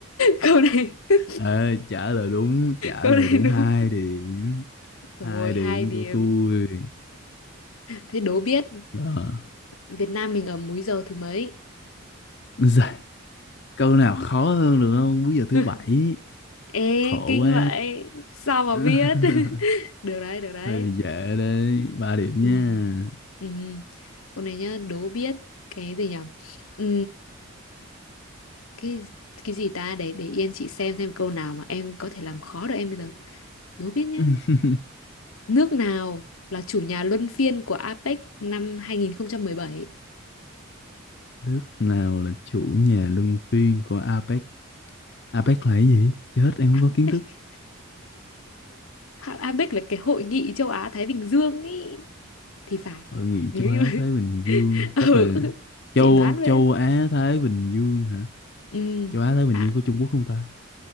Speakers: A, on the left; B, on the left.
A: câu này <laughs>
B: Ê, trả lời đúng trả
A: câu
B: lời
A: này
B: đúng
A: đúng
B: hai điểm
A: rồi
B: hai điểm
A: hai điểm
B: của tôi
A: thế đố biết
B: Ờ.
A: Việt Nam mình ở múi giờ thứ mấy
B: Dạ, câu nào khó hơn được không bây giờ thứ
A: <laughs>
B: bảy
A: ê
B: khổ
A: kinh
B: quá
A: vậy sao mà
B: <laughs>
A: biết <laughs> được đấy được đấy
B: hơi bị dễ đấy ba điểm
A: ừ
B: nha
A: ừ câu này nhá đố biết cái gì nhỉ ừ cái cái gì ta để để yên chị xem xem câu nào mà em có thể làm khó được em bây giờ đố biết nhá
B: <laughs>
A: nước nào là chủ nhà luân phiên của APEC năm hai nghìn không trăm mười bảy
B: nước nào là chủ nhà luân phiên của APEC APEC là cái gì chết em không có
A: <laughs>
B: kiến thức
A: APEC là cái hội nghị châu Á Thái Bình Dương ý thì phải
B: hội nghị
A: nếu
B: châu Á
A: như mà-
B: Thái Bình Dương
A: <laughs> ừ,
B: chắc là châu
A: chị đoán vậy
B: châu Á Thái Bình Dương hả
A: ừ
B: châu Á Thái Bình
A: à
B: Dương có Trung Quốc không ta